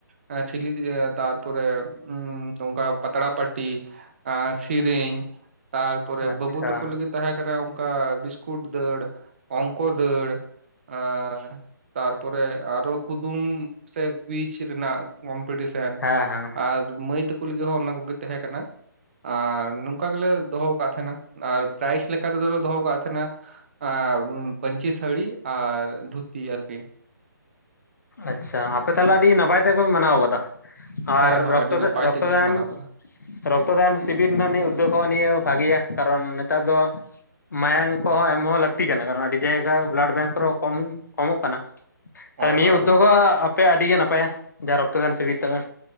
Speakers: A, on the right (about 35°); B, on the left (about 55°).
A: ᱮᱸ ᱴᱷᱼᱼ ᱴᱷᱤᱞᱤ ᱫᱤ ᱭᱮ ᱛᱟᱨᱯᱚᱨᱮ ᱩᱸ ᱱᱚᱝᱠᱟ ᱯᱟᱛᱲᱟ ᱯᱟᱹᱴᱤ᱾ ᱟᱨ‌ ᱥᱤᱨᱤᱧ ᱛᱟᱨᱯᱚᱨᱮ
B: ᱟᱪᱪᱷᱟ
A: ᱵᱟᱹᱵᱩ ᱛᱟᱹᱠᱩ ᱞᱟᱹᱜᱤᱫᱼᱼ ᱛᱟᱦᱮᱸ ᱠᱟᱱᱟ ᱚᱱᱠᱟ ᱵᱤᱥᱠᱩᱴ ᱫᱟᱹᱲ ᱚᱝᱠᱚ ᱫᱟᱹᱲ᱾ ᱟᱨ ᱛᱟᱨᱯᱚᱨᱮ ᱟᱨᱚ ᱠᱩᱫᱩᱢ ᱥᱮ ᱠᱩᱭᱤᱪ ᱨᱤᱱᱟᱜᱼ ᱠᱚᱢᱯᱤᱴᱤᱥᱮᱱ
B: ᱦᱮᱸ ᱦᱮᱸ
A: ᱟᱨ ᱢᱟᱹᱭ ᱛᱟᱹᱠᱩ ᱞᱤᱜᱤᱜ ᱦᱚᱸ ᱩᱱᱟ ᱠᱩᱜᱤ ᱛᱮᱦᱮᱸ ᱠᱟᱱᱟ᱾ ᱟᱨ ᱱᱭᱝᱠᱟ ᱜᱤᱞᱮ ᱫᱚᱦᱚ ᱟᱠᱟᱜ ᱛᱮᱦᱮᱸᱱᱟ ᱟᱨ ᱯᱨᱟᱭᱤᱡᱽ ᱞᱮᱠᱟ ᱛᱮᱫᱚ ᱞᱮ ᱫᱚᱦᱚ ᱣᱟᱠᱟᱜ ᱛᱟᱦᱮᱱᱟᱼᱼ ᱟᱨ ᱯᱟᱹᱧᱪᱤ ᱥᱟᱹᱲᱤ ᱟᱨ ᱫᱷᱩᱛᱤ ᱟᱨ ᱠᱤᱼᱼ
B: ᱟᱪᱷᱟ ᱟᱯᱮ ᱛᱟᱦᱞᱮ ᱟᱰᱤ ᱱᱟᱯᱟᱭ ᱛᱮᱯᱮ ᱢᱟᱱᱟᱣ ᱣᱟᱠᱟᱫᱟ᱾
A: ᱦᱳᱭ
B: ᱟᱨ
A: ᱦᱳᱭ
B: ᱨᱚᱠᱛᱚᱫᱽ
A: ᱟᱹᱰᱤ ᱱᱟᱯᱟᱭ
B: ᱨᱚᱠᱛᱚ
A: ᱛᱮᱜᱮᱞᱮ
B: ᱫᱟᱱᱼᱼ
A: ᱢᱟᱱᱟᱣ ᱠᱮᱫᱟ
B: ᱨᱚᱠᱛᱚ ᱫᱟᱱ ᱥᱤᱵᱤᱨ ᱨᱮᱱᱟᱜ ᱱᱤ ᱩᱫᱽᱭᱳᱜᱽ ᱦᱚᱸ ᱱᱤᱭᱟᱹ ᱵᱷᱟᱜᱤᱭᱟ ᱠᱟᱨᱚᱱ ᱱᱮᱛᱟᱨ ᱫᱚ᱾ ᱢᱟᱭᱟᱝ ᱠᱚᱦᱚᱸ ᱮᱢ ᱦᱚᱸ ᱞᱟᱹᱠᱛᱤ ᱠᱟᱱᱟ ᱠᱟᱨᱚᱱ ᱟᱹᱰᱤ ᱡᱟᱭᱜᱟ ᱵᱞᱟᱰ ᱵᱮᱝᱠ ᱨᱮᱦᱚᱸ ᱠᱚᱢ ᱠᱚᱢᱚᱜ ᱠᱟᱱᱟ᱾ ᱛᱟᱦᱚᱞᱮ
A: ᱦᱳᱭ
B: ᱱᱤᱭᱟᱹ
A: ᱦᱳᱭ
B: ᱩᱫᱽᱭᱳᱜᱽ
A: ᱦᱳᱭ
B: ᱦᱚᱸ ᱟᱯᱮ ᱭᱟᱜ ᱟᱰᱤ ᱜᱮ ᱱᱟᱯᱟᱭᱟ ᱡᱟ ᱨᱚᱠᱛᱚ ᱫᱟᱱ ᱥᱤᱵᱤᱨ ᱛᱟᱯᱮ᱾